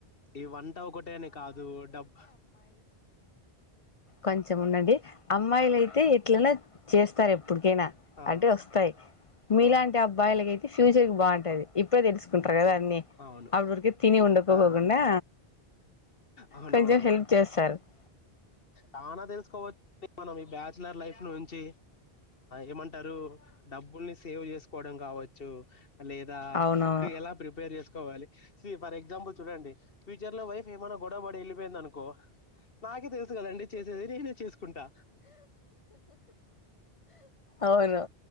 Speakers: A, on the left; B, on the left.
A: ఈ వన్ కొటేనే కాదు డబ్
B: కొంచం ఉండండి అమ్మాయిలుయితే ఎట్లనా చేస్త <unintelligible> ఇప్పటికైనా
A: ఆ
B: అంటే వస్తాయి మీలాంటి
A: ఆ
B: అబ్బాయిలకయితే ఫ్యూచర్ కి బాగుంటది ఇప్పుడే తెలుసుకుంటారు కదా అన్నిీ
A: అవును
B: అప్పుడు ఉఊరికిే తిని ఉండకోపోకుండా
A: ఆ అవునవును
B: కొంచెం హెల్ప్ చేస్తారు అ
A: చానా తెలుసుకోవచ్చు మనం ఈ బ్యాచ్ లైఫ్ నుంచి ఏంటే డబ్బు సేవ్ చేసుకోవడం కావచ్చు లేదా
B: అవునవును
A: ఫుడ్ ఎలా ప్రిపేర్ చేసుకోవాలి ఫర్ ఎగ్జాంపుల్ చూడండి ఫ్యూచర్ లో వై ఏమైన్నా గొడవబడి వెళ్ిపోయింద అనుకో నాే తెలుసు కదండి చేసేది నేనే చేసుకుంటా
B: అవును